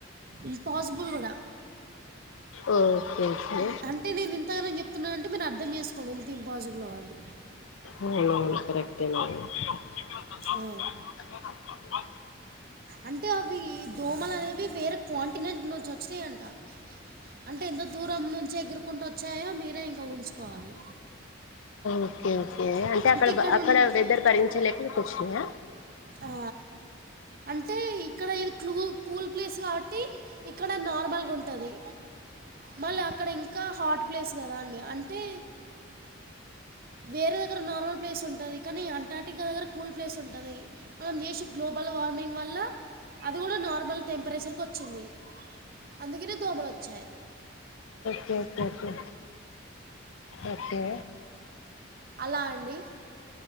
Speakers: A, on the right; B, on the left.
A: ఇంపాసిబుల్ కూడా
B: ఉ ఓకేఒకే
A: అంటే నేను ఇంతగానం చెప్తున్నానంటే మీరు అర్థం చేసుకోండి ఎంత ఇంపాసిబుల్ అది
B: అవునవును కరెక్టే మ హ్
A: ఆ. అంటే అవి దోమలు అనేవి వేరే కాంటినెంట్ నుంచి వచ్చినాయంట అంటే ఎంత దూరం నుంచి ఎగురుకుంటూ వచ్చాయో మీరే ఇంకా ఊహించుకోవాలి
B: ఓకే ఓకే అంటే అక్కడ
A: ఇక్కడ
B: అక్కడ
A: ఉన్-
B: వెదర్ భరించలేక ఇక్కడికి వచ్చినాయ
A: ఆ అంటే ఇక్కడ ఇది క్లూ కూల్ ప్లేస్ కాబట్టి ఇక్కడ నార్మల్గా ఉంటది మళ్ళీ అక్కడ ఇంకా హాట్ ప్లేస్ కదా అండి అంటే వేరే దగ్గర నార్మల్ ప్లేస్ ఉంటది కనీ అంటార్టికా దగ్గర కూల్ ప్లేస్ ఉంటది మనం జెశే గ్లోబల్ వార్మింగ్ వల్ల అది గుడా నార్మల్ టెంపరేచర్క వచ్చింది అందుకనే దోమలు వచ్చాయి
B: ఓకేకేకే ఓకే
A: అలా అండి